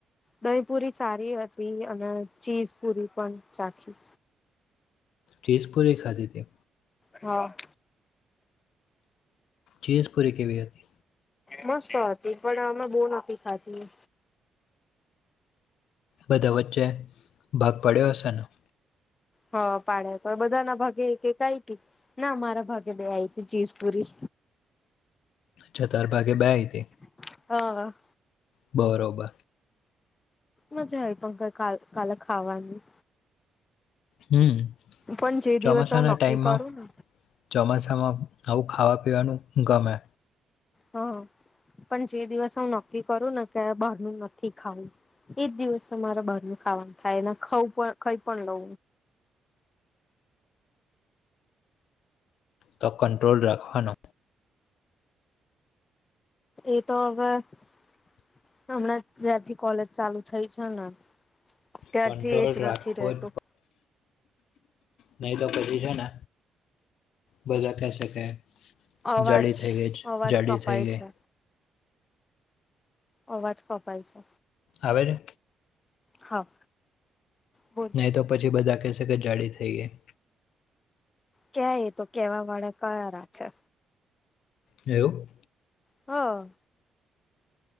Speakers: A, on the left (about 30°); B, on the left (about 75°).
A: દહી પુરી સારી હતી અને ચીઝ પુરી પણ ચખી
B: તેજપુરે ખાતે તે
A: હા
B: ચીઝ પૂરી કેવી હતી
A: મસ્ત હતી પણ અમે બહું નથી ખાધી
B: બધા વચ્ચે ભાગ પાડ્યો હશેને
A: હ પાડ્યા પર બધા ના ભાગે એક એક આઇતી ના મારા ભાગે બે આઈ તી ચીજ પૂરી
B: જો તાર ભાગે બે આઇતી
A: હ હ
B: બરોબર
A: મજા આઇ <unintelligible> કાલ કાલે ખાવાની
B: હમ
A: પણ જે
B: ચોમાસાના
A: દિવસ હું નક્કી
B: ટાઈમમાં
A: કરું ને
B: ચોમાસામાં આવું ખાવા પીવાનું ગમે
A: હા પણ જે દિવસ હું નક્કી કરું ને કે બહારનું નથી ખાવું એજ દિવસ મારે બહાર ન ખાવાનું થાય એ ખઉ ખાઈ પણ લઉ.
B: તો કન્ટટ્રોલ રાખવાનો
A: એ તો હવે હમણાં જ્યાંથી કોલેજ ચાલુ થઈ છે ને ત્યારથી
B: કંટ્રોલ
A: એજ
B: રાખવો
A: નથી રહેતું
B: જ નહી તો પછી છે ને બધા કેશેકે
A: અવાજ
B: જાડી થઈ ગઈ જ
A: અવાજ
B: જાડી
A: કપાય
B: થઈ ગઈ
A: છે અવાજ કપાય છે.
B: આવે ને
A: હા બોલ
B: નહીં તો પછી બધા કહેશે કે જાડી થઈ ગય.
A: ક્યા એ તો કેવા વાળા કયા રાખે
B: એવુ
A: હા